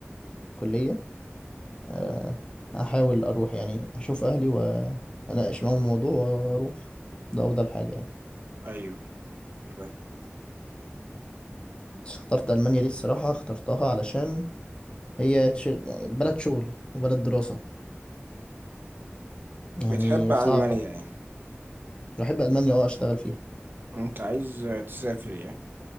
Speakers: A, on the left; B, on the right.
A: الكلية آه، هحاول اروح يعني اشوف اهلي واناقش معاهم الموضوع واروح ده افضل حاجة يعني
B: ايوه ف-
A: اخترت المانيا دي الصراحة اخترتها علشان هي ش... بلد شغل وبلد دراسة يعني
B: بتحب المانيا
A: صعب
B: يعني
A: بحب المانيا اه اشتغل فيها
B: انت عايز تسافر يعني